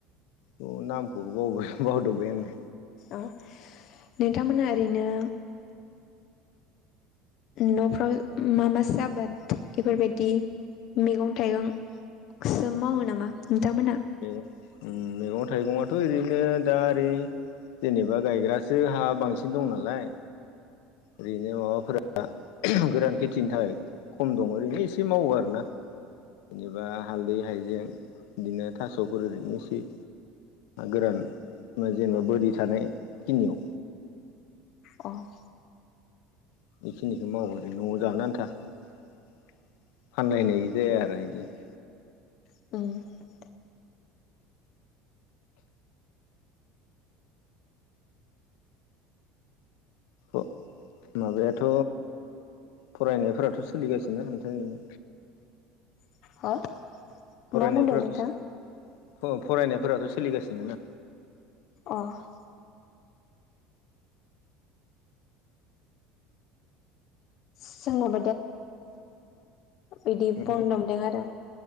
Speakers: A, on the left; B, on the left.
A: अ नामखौबो बावबाय बावदोबबाय आंयो।
B: ओ नोंथांमोनहा ओरैनो न'फ्राव मा मासो आबाद इफोरबायदि मेगं थाइगं। सोम मावो नामा नोंथांमोनहा?
A: मैगं उम मैगं थाइगङाथ' ओरैनो दा ओरै जेनेबा गायग्रासो हा बांसिन दं नालाय। ओरैनो माबाफोरा गोरान खेथिनि थाखाय खम दं ओरैनो एसे मावो आरोना। इदिबा हालदै हायजें बिदिनो थास'फोर ओरैनो इसे। गोरान मो जेनेबा बोरि थानायखिनियाव।
B: अह।
A: <unintelligible>
B: <inaudible>
A: अ माबायाथ' फरायनायफोराथ' सोलिगासिनो नोंथां इनो।
B: <unintelligible>
A: फरायनायफोराथ'
B: नोंथां
A: सो फु फरायनायफोराथ' सोलिगासिनो ना।
B: अह। <unintelligible> बिदि
A: मा
B: बनदमदों आरो